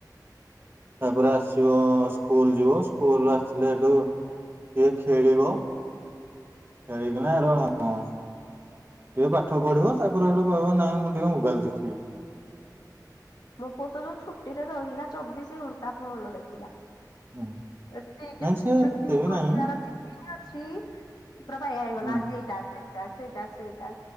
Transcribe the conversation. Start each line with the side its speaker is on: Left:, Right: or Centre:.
Right: ତାପରେ ଆସିବ ସ୍କୁଲ ଯିବ ସ୍କୁଲୁ ଆସିଲେ ସେଠୁ ଟିକେ ଖେଳିବ। ଖେଳି କି ନା ର ଅ ଟିକେ ପାଠ ପଢିବ ତାପରେ ସେଠୁ କହିବ ନାଇଁ ମୁଁ ଟିକେ ମୋବାଇଲ ଦେଖିବି।
Left: ମୋ ପୁଅ ତ ଯୋଉ ଛୁଟିରେ ରହିଲା ଚବିଶି ଘଣ୍ଟା ଫୋନ ଦେଖିଲା।
Right: ହୁଁ।
Left: ଏତି କି
Right: ନାଇଁ ସେ
Left: ଛୁଟି
Right: ଏତେ ବି
Left: କରିବାର
Right: ନାହିଁ
Left: ଦି ନ ଅଛି ପ୍ରଭା ଇଏ ହେଇଗଲା
Right: ହୁଁ
Left: ଆଜି ଏଇଟା ସେଇଟା ସେଇଟା ସେଇଟା।